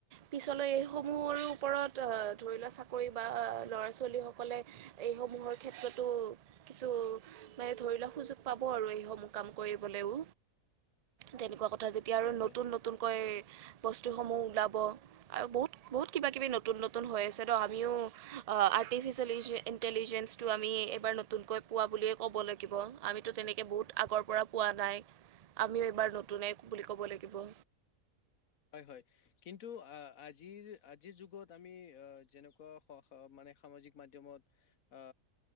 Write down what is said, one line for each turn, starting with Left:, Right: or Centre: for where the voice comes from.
Right: পিছলৈ এইসমূহৰ ওপৰত আহ ধৰি লোৱা চাকৰি বা ল'ৰা ছোৱালীসকলে এইসমূহৰ ক্ষেত্ৰতো কিছু মানে ধৰি লোৱা সুযোগ পাব আৰু এইসমূহ কাম কৰিবলৈও তেনেকুৱা কথা যেত তিয়া আৰু
Left: হয়,
Right: নতুন
Left: হয়,
Right: নতুনকৈ বস্তুসমূহ ওলাব। আৰু বহুত বহুত কিবা কিবি নতুন নতুন হৈ আছে তো আমিও অ আৰ্টিফিচিয়েল ইউজুৱেল ই ইণ্টেলিজেঞ্চটো আমি এইবাৰ নতুনকৈ পোৱা বুলিয়েই ক'ব লাগিব, আমিতো তেনেকৈ বহুত আগৰ পৰা পোৱা নাই। আমিও এইবাৰ নতুনে বুলি ক'ব লাগিব।
Left: হয় হয়। কিন্তু আহ আজিৰ আজিৰ যুগত আমি আহ যেনেকুৱা স স মানে সামাজিক মাধ্যমত আ